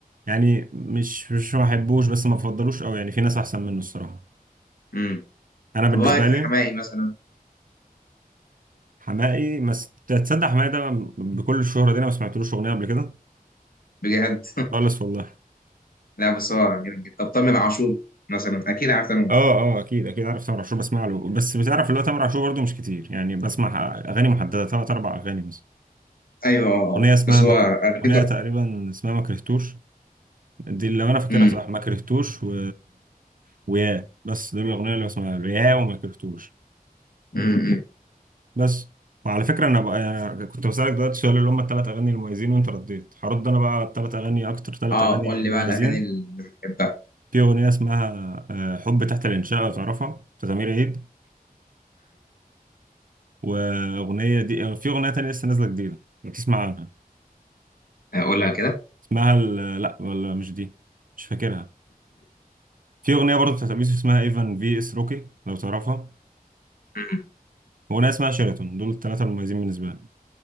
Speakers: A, on the right (about 65°); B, on the left (about 70°).
A: يعني مش مش ما بحبوش بس ما بفضلوش قوي يعني في ناس احسن منه الصراحه
B: امم
A: انا بالنسبه
B: طب رايك في
A: لي
B: حماقي مثلا
A: حماقي مس... تصدق حماقي ده بكل الشهره دي انا ما سمعتلوش اغنيه قبل كده
B: بجد
A: خالص والله
B: لا بس هو جامد جدا طب تامر عاشور مثلا اكيد عارف تامر عاشور
A: اه اه اكيد اكيد عارف تامر عاشور بسمع له بس بتعرف اللي هو تامر عاشور برضه مش كتير يعني بسمع اغاني محدده ثلاث اربع اغاني مثلا
B: ايوه آه،
A: اغنيه اسمها
B: بس
A: مك...
B: هو اغنيته
A: اغنيه تقريبا اسمها ما كرهتوش دي اللي انا فاكرها
B: امم
A: صح ما كرهتوش و... ويا بس دول الاغنيه اللي بسمعها يا وما كرهتوش
B: امم أمم.
A: بس وعلى فكرة أنا بقى يعني كنت بسألك دلوقتي سؤال اللي هم التلات أغاني المميزين وأنت رديت هرد أنا بقى على التلات أغاني أكتر تلات
B: اه
A: أغاني
B: قول لي
A: مميزين
B: بقى الاغاني اللي بتحبها
A: في أغنية اسمها آه، حب تحت الإنشاء لو تعرفها بتاعت أمير عيد وأغنية دي آه، في أغنية تانية لسه نازلة جديدة لو تسمع عنها
B: آه، قولها كده
A: اسمها ال... لأ ولا مش دي مش فاكرها في أغنية برضه بتاعت أبي يوسف اسمها إيفان في إس روكي لو تعرفها
B: امم
A: وأغنية اسمها شيراتون دول التلاتة المميزين بالنسبة لي